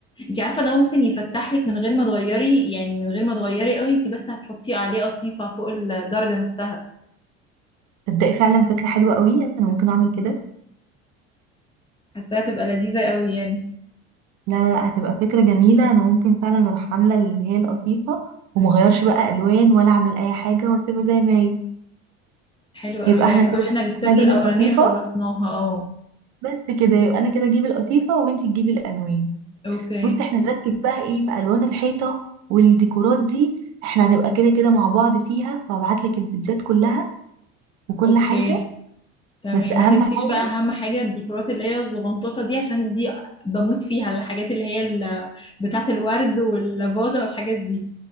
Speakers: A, on the left; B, on the right.
A: انت عارفة ده ممكن يفتح لك من غير ما تغيري يعني من غير ما تغيري قوي انت بس هتحطي عليه قطيفة فوق الدرجة نفسها
B: تبدأي فعلا فكره حلوه قوي انا ممكن اعمل كده
A: حاساها تبقى لذيذة قوي يعني
B: لا لا لا، هتبقى فكره جميله انا ممكن فعلا اروح عامله اللي هي القطيفه ومغيرش بقى الوان ولا اعمل اي حاجه واسيبها زي ما هي
A: حلو قوي
B: يبقى
A: ده
B: احنا
A: يبقى
B: كده
A: احنا الستيب
B: انا اجيب
A: الأولانية
B: القطيفه
A: خلصناها اه
B: بس كده يبقى انا كده اجيب القطيفه وانت تجيبي الالوان
A: اوكي
B: بص احنا نركز بقى ايه في الوان الحيطه والديكورات دي احنا هنبقى كده كده مع بعض فيها وهبعت لك الفيديوهات كلها وكل
A: اوكي
B: حاجه
A: تمام
B: بس اهم
A: ما تنسيش
B: حاجه
A: بقى اهم حاجه الديكورات اللي هي الزغنطوطه دي عشان دي بموت فيها الحاجات اللي هي ال- بتاعه الورد والفازه والحاجات دي